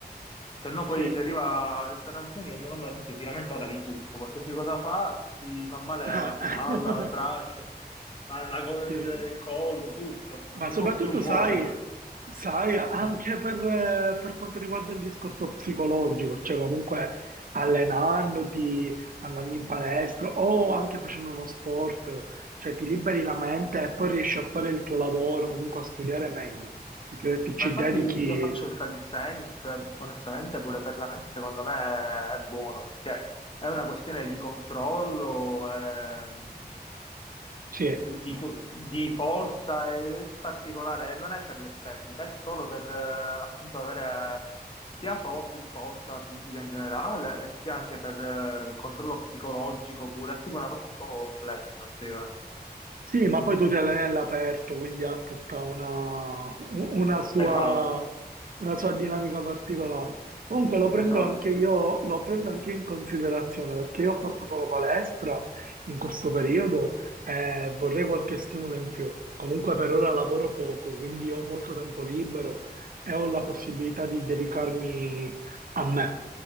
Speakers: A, on the left; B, on the right.
A: se no poi
B: Sì.
A: si arriva a restare anziani e mio nonno ad esempio si lamenta ora di tutto, qualsiasi cosa fa, si fa male
B: <laughs>
A: o la spalla, il braccio, la- la co- il,
B: Sì.
A: il collo, tutto,
B: Ma
A: non si
B: soprattutto
A: può più muovere.
B: sai,
A: <laughs>
B: sai, anche
A: Mm.
B: per, eh, per quanto riguarda il discorso psicologico, cioè comunque allenandoti, andando in palestra o anche facendo uno sport, cioè ti liberi la mente e poi riesci a fare il tuo lavoro, comunque a studiare meglio, perché ti ci
A: Ma infatti
B: dedichi,
A: io faccio il calisthenics, eh, onestamente pure per la mente secondo me è buono, perché è una questione di controllo, ehm,
B: sì,
A: di, di forza è particolare, e non è per l'estetica, è solo per eh, appunto avere sia fo- più forza fisica in generale, e sia anche per eh, il controllo psicologico pure, è tipo una cosa un po' complessa da spiegare.
B: Sì, ma poi tu ti alleni all'aperto, quindi ha tutta una, u- una sua,
A: Esatto,
B: una sua dinamica particolare. Comunque lo prendo
A: esatto.
B: anche io, lo prendo anche io in considerazione perché io ho fatto solo palestra in questo periodo e vorrei qualche stimolo in più. Comunque per ora lavoro poco, quindi ho molto tempo libero e ho la possibilità di dedicarmi a me.